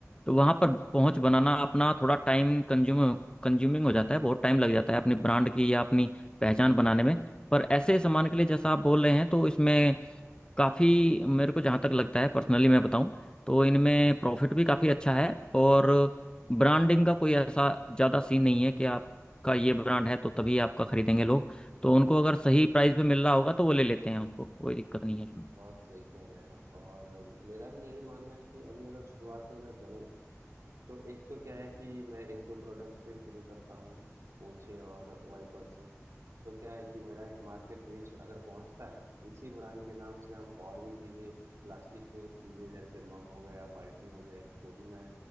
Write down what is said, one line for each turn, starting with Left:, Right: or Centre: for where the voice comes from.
Left: तो वहाँ
Right: जी
Left: पर पहुँच बनाना अपना थोड़ा टाइम कंज्यूम कंज्यूमिंग हो जाता है बहुत टाइम लग जाता है अपनी ब्रांड की या अपनी पहचान बनाने में पर ऐसे सामान के लिए जैसा आप बोल रहे हैं तो इसमें काफ़ी मेरे को जहाँ तक लगता है पर्सनली मैं बताऊँ तो इनमें प्रॉफिट भी काफ़ी अच्छा है और ब्रांडिंग का कोई ऐसा ज़्यादा सीन नहीं है कि आपका ये ब्रांड है तो तभी आपका खरीदेंगे लोग तो
Right: जी
Left: उनको
Right: जी
Left: अगर
Right: जी।
Left: सही प्राइस पे मिल रहा होगा तो वो ले लेते हैं उसको कोई दिक्कत नहीं है इसमें
Right: बहुत सही कह रहे हैं आप और मेरा भी यही मानना है कि अभी अगर शुरुआत में मैं करूं तो एक तो क्या है कि मैं एक दो प्रोडक्ट से शुरू करता हूँ पोछे और वाइपर से तो क्या है कि मेरा एक मार्केट रीच अगर पहुंचता है तो इसी ब्रांड के नाम से हम और भी चीज़ें प्लास्टिक में चीज़ें जैसे मग हो गया बाल्टी हो गया इसको भी मैं